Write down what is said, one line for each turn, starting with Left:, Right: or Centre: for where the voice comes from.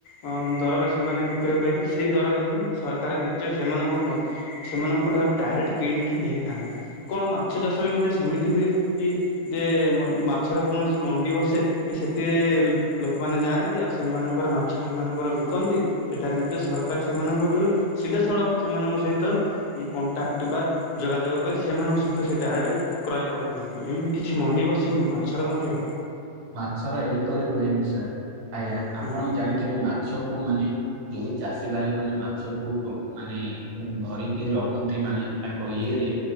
Left: ଅ ଦରରେ ସେମାନେ ବିକ୍ରୟ କରିବେ ସେଇ ଦରରେ ହିଁ ସରକାର ନିଜ ସେମାନଙ୍କ ମ ସେମାନଙ୍କ ଠାରୁ ଡାଇରେକ୍ଟ କିଣିକି ନେଇଥାନ୍ତି କଣ ମାଛ ଚାଷବି ମଧ୍ୟ ସେମିତି ହୁଏ କି ଯେ ମ ମାଛର କୌଣସି ମଣ୍ଡି ବସେ କି ସେଥିରେ ଲୋକମାନେ ଯାଆନ୍ତି ଆଉ ସେମାନଙ୍କର ମାଛ ସେମାନଙ୍କର ବିକନ୍ତି ସେଠାରେ ମଧ୍ୟ ସରକାର ସେମାନଙ୍କ ସିଧାସଳଖ ସେମାନଙ୍କ ସହିତ କଣ୍ଟାକ୍ଟବା ଯୋଗାଯୋଗ କରି ସେମାନଙ୍କ ସହିତ ସେ ଡାଇରେକ୍ଟ କ୍ରୟ କରିଥାନ୍ତି ଏମିତି କିଛି ମଣ୍ଡି ବସେ ମାଛର ମଧ୍ୟ?
Right: ମାଛର ଏଇପରି ହୁଏନି ସାର୍ ଆଜ୍ଞା
Left: ହୁଁ
Right: ଆପଣ ଜାଣିଥିବେ ମାଛକୁ ମାନେ ଯୋଉ ଚାଷୀ ଭାଇ ମାନେ ମାଛକୁ ମାନେ ଧରିକି ରଖନ୍ତି ମାନେ ତାଙ୍କ ଇଏରେ